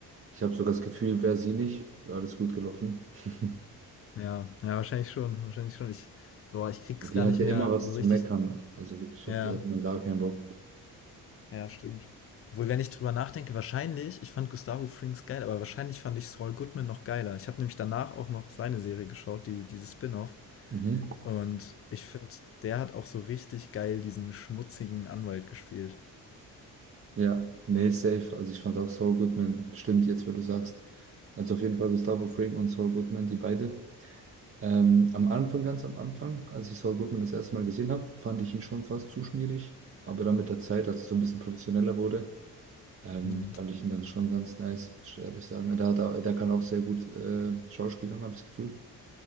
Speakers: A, on the right; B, on the left.
A: Ich habe sogar das Gefühl, wäre sie nicht, wäre alles gut gelaufen. <laughs>
B: Ja, ja, wahrscheinlich schon, wahrscheinlich schon. Ich, boah, ich krieg's
A: Die
B: gar
A: hatte
B: nicht mehr
A: immer was
B: so
A: zu
B: richtig.
A: meckern. Also wirklich,
B: Ja,
A: auf die hatte man gar keinen Bock.
B: ja, stimmt. Obwohl, wenn ich drüber nachdenke, wahrscheinlich, ich fand Gustavo Frings geil, aber wahrscheinlich fand ich Saul Goodman noch geiler. Ich habe nämlich danach auch noch seine Serie geschaut, die, dieses Spin-off.
A: Mhm.
B: Und ich finde, der hat auch so richtig geil diesen schmutzigen Anwalt gespielt.
A: Ja, nee, safe. Also ich fand auch Saul Goodman, stimmt jetzt, wo du sagst. Also auf jeden Fall Gustavo Fring und Saul Goodman, die beide. Ähm, am Anfang, ganz am Anfang, als ich Saul Goodman das erste Mal gesehen habe, fand ich ihn schon fast zu schmierig. Aber dann mit der Zeit, als es so ein bisschen professioneller wurde, ähm,
B: Hm.
A: fand ich ihn dann schon ganz nice, muss ich ehrlich sagen. Der, hat, au- der kann auch sehr gut äh, schauspielern, habe ich das Gefühl.